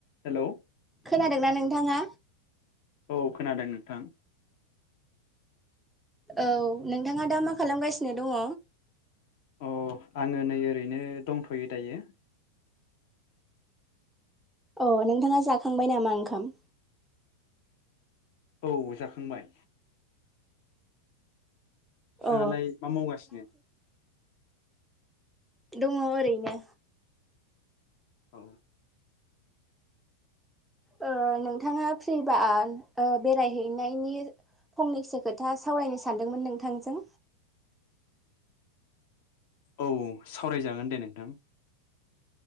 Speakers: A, on the left; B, in the centre.
A: हेलौ
B: खोनादोंना नों थाङा
A: औ खोनादों नोंथां।
B: औ नोंथाङा दा मा खालामगासिनो दङ?
A: अ आङो नै ओरैनो दंथ'यो दायो।
B: अ नोंथाङा जाखांबाय नामा ओंखाम?
A: औ जाखांबाय। नोंथाङालाय
B: अ
A: मा मावगासिनो?
B: दङ ओरैनो।
A: औ।
B: ओ नोंथाङा फ्रिबा ओ बेरायहैनायनि फंनैसो खोथा सावरायनो सानदोंमोन नोंथांजों।
A: औ सावरायजागोन दे नोंथां।